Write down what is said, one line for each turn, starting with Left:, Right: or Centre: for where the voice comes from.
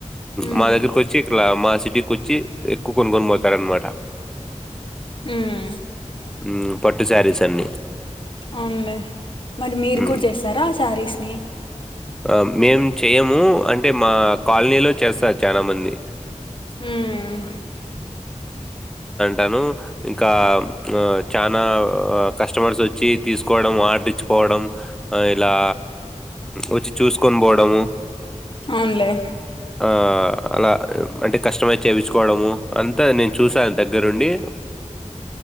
Left: ఉమ్
Centre: మా దగ్గరకు వచ్చి ఇట్లా మా సిటీకి వచ్చి ఎక్కువ కొనుక్కొని పోతారు అనమాట
Left: ఆహ్
Centre: ఉహ్ పట్టు శారీస్ అన్ని
Left: అవులే మరి మీరు
Centre: ఉమ్.
Left: కూడా చేస్తారా ఆ శారీస్ ని
Centre: ఆ మేము చేయము అంటే మా కాలనీలో చేస్తారు చాలా మంది
Left: ఉమ్
Centre: తను ఇంకా చనా కస్టమర్స్ వచ్చి తీసుకోవడం వా పోడం ఇలా వచ్చి చూసుకోని పోవడం
Left: అవునులే
Centre: ఆ అలా అంటే కష్టమై్ చేయించుకోవడము అంతా నేను చూసాను దగ్గరుండి